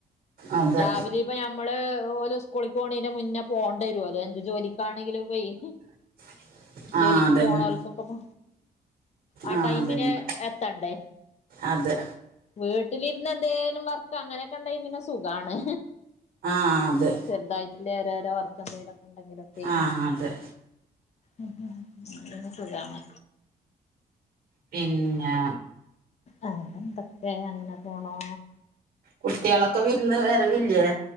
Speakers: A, on the right; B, on the left.
A: അതെ
B: രാവിലെ ഇപ്പ ഞമ്മള്ഓള് സ്കൂളി പോണീ മുന്നേ പോണ്ടിരുമല്ലോ എന്ത് ജോലിക്കാണെങ്കിലും പോയി
A: <unintelligible> ആഹ്
B: ജോലിക്ക്
A: അതന്നെ
B: പോണവൽക്കൊക്കപ്പോ ആ
A: ആഹ്
B: ടൈമിന്
A: അതന്നെ
B: എത്തണ്ടേ?
A: അതെ
B: വീട്ടിലിരുന്ന് എന്തേലും വർക്ക് അങ്ങനെയൊക്കെ ഉണ്ടായി പിന്നെ സുഖാണ്.
A: ആഹ് അതെ
B: ചെറുതായിട്ടില്ലേ ഓരോരോ വർക്ക് എന്തെങ്കിലൊക്കെ ഉണ്ടെങ്കിലൊക്കെ
A: ആഹ് അതെ
B: ഉം <unintelligible> സുഖാണ്.
A: പിന്ന
B: അ എന്തൊക്കെ അങ്ങനെ പോണോ
A: കുട്ടികളൊക്കെ വിരുന്ന് വരവില്ലേ?